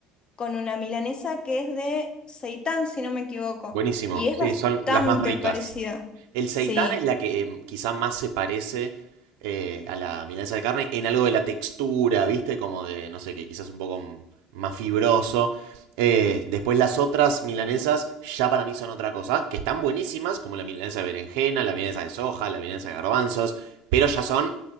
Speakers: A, on the left (about 35°); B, on the right (about 70°).
A: con una milanesa que es de seitán, si no me equivoco,
B: Buenísimo.
A: y es
B: Sí,
A: bastante
B: son las más ricas.
A: parecida.
B: El seitán
A: Sí.
B: es la que em, quizá más se parece eh, a la milanesa de carne en algo de la textura, ¿viste? Como de, no sé, que quizás un poco mm, más fibroso. Eh, después las otras milanesas ya para mí son otra cosa, que están buenísimas, como la milanesa de berenjena, la milanesa de soja, la milanesa de garbanzos, pero ya son,